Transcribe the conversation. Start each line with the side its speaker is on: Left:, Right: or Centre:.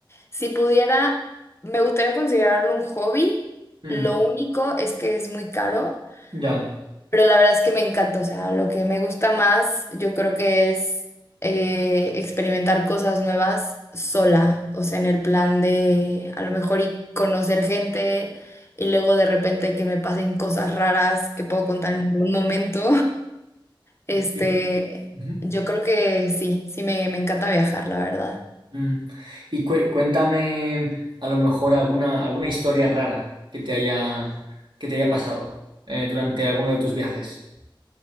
Left: si pudiera, me gustaría considerarlo un hobby.
Right: mm,
Left: Lo único es que es muy caro,
Right: ya.
Left: pero la verdad es que me encanta. O sea, lo que me gusta más, yo creo que es eh, experimentar cosas nuevas sola. O sea, en el plan de a lo mejor y conocer gente y luego de repente que me pasen cosas raras que puedo contar en algún momento. Este,
Right: Sí. Ujú.
Left: yo creo que sí, sí me, me encanta viajar, la verdad.
Right: Mm. Y cué- cuéntame a lo mejor alguna, alguna historia rara que te haya, que te haya pasado eh, durante alguno de tus viajes.